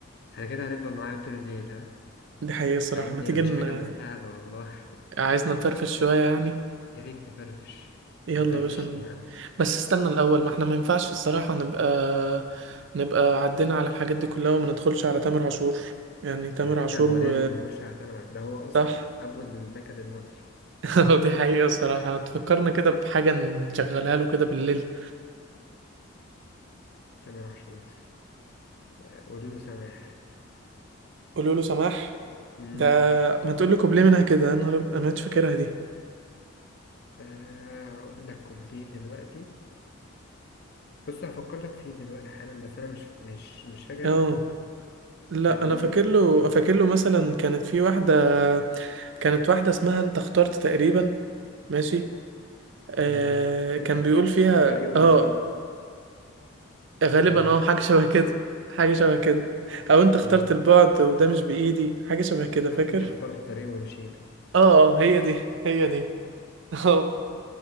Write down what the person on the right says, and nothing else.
دي حقيقه الصراحه
ما تيجي
ن-
عايزنا نفرفش شويه يعني
يلا
يا باشا ن-
بس استنى الاول ما احنا ما ينفعش الصراحه نبقى نبقى عدينا على الحاجات دي كلها وما ندخلش على تامر عاشور يعني تامر
عاشور
و
صح
<laughs> دي حقيقة الصراحة تفكرنا كده بحاجة نشغلها له كده بالليل
قولوا له سماح
ده ما تقول له كوبليه منها كده يا نهار أب- انا مش فاكرها دي
اه لا
انا
فاكر له فاكر له مثلا كانت في واحدة كانت واحدة اسمها انت اخترت تقريبا ماشي آه
كان
بيقول فيها
اه غالبا
اه حاجة شبه كده حاجة شبه كده او انت
اخترت البعد وده مش بإيدي حاجة شبه كده
فاكر
اه اه هي دي هي دي <laughs> اه